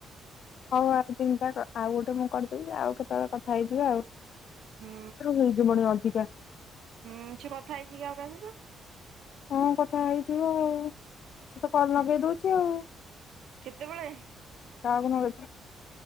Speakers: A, on the left (about 65°); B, on the right (about 75°).
A: ହଉ ଆଉ ଚିନ୍ତା ଆଉ ଗୋଟେ ମୁଁ କରିଦେବି ଆଉ କେତେବେଳେ କଥା ହେଇଯିବ ଆଉ।
B: ହୁଁ
A: <unintelligible> ଅଧିକା।
B: ହୁଁ, ସେ କଥା ହେଇଛି କି ଆଉ କାହା ସହିତ?
A: ହଁ କଥା ହେଇଥିବ ଆଉ। ସେ ତ କଲ ଲଗେଇ ଦଉଛି ଆଉ,
B: କେତେବେଳେ
A: କାହାକୁ ଲଗେଇ ଦଉ